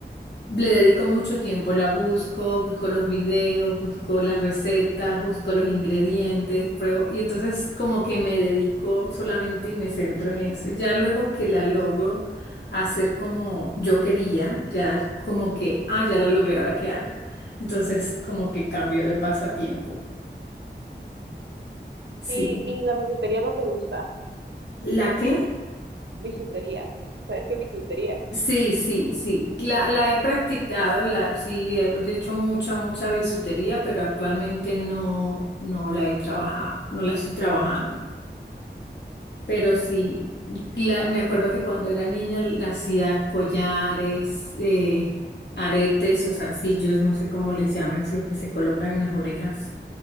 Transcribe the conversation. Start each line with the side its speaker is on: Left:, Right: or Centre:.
Left: Le dedico mucho tiempo, la busco, busco los videos, busco las recetas, busco los ingredientes, pruebo y entonces como que me dedico solamente y me centro en eso. Ya luego que la logro hacer como yo quería, ya como que, ah, ya la logré, ahora qué hago. Entonces como que cambio de pasatiempo. Sí.
Right: Sí, y la bisutería no te gusta,
Left: ¿La qué?
Right: bisutería, ¿sabes qué es bisutería?
Left: Sí, sí, sí. La, la he practicado, la, sí, he hecho mucha, mucha bisutería, pero actualmente no, no la he trabajado, no la estoy trabajando. Pero sí, la- me acuerdo que cuando era niña la hacía collares, eh, aretes o zarcillos, no sé cómo les llaman, es los que se colocan en las orejas.